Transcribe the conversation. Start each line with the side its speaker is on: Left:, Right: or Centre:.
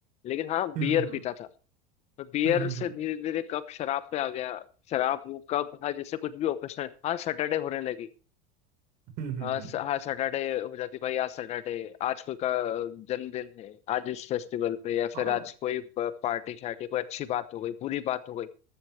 Left: लेकिन हाँ बियर
Right: हम्म हम्म हम्म
Left: पीता था बियर
Right: हम्म हम्म हम्म
Left: से
Right: हम्म,
Left: धीरे धीरे कब शराब पे आ गया शराब वो कब हाँ जैसे कुछ भी ओकेशनल हाँ सैटरडे होने लगी
Right: हम्म, हम्म,
Left: हाँ
Right: हम्म। हम्म।
Left: स- हाँ सैटरडे हो जाती भाई आज सैटरडे आज कोई का जन्मदिन है आज इस फेस्टिवल पे या फिर
Right: हाँ
Left: आज कोई पार्टी शार्टी कोई अच्छी बात हो गई बुरी बात हो गई